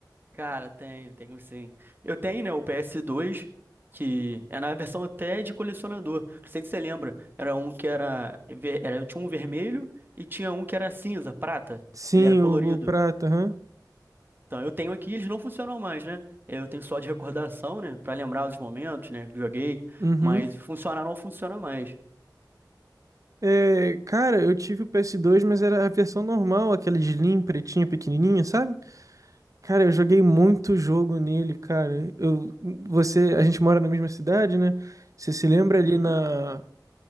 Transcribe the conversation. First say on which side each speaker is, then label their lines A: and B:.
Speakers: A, on the right (about 30°); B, on the right (about 50°).
A: Cara, tenho, tenho sim. Eu tenho, né, o PS2, que é na versão até de colecionador. Não sei se você lembra. Era um que era, ver- era. Tinha um vermelho e tinha um que era cinza, prata.
B: Sim,
A: Ele era colorido.
B: o, o prata, aham.
A: Então, eu tenho aqui, eles não funcionam mais, né? Eu tenho só de recordação, né, pra lembrar os momentos, né, que joguei.
B: Uhum.
A: Mas funcionar não funciona mais.
B: É, cara, eu tive o ps dois, mas era a versão normal, aquela de Slim, pretinha, pequenininha, sabe? Cara, eu joguei muito jogo nele, cara. Eu, você, a gente mora na mesma cidade, né? Você se lembra
A: Uhum.
B: ali na,